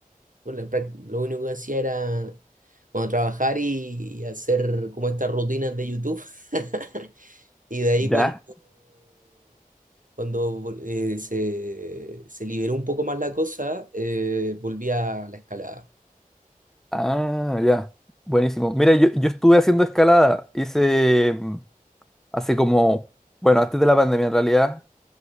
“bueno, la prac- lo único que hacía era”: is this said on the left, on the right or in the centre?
Right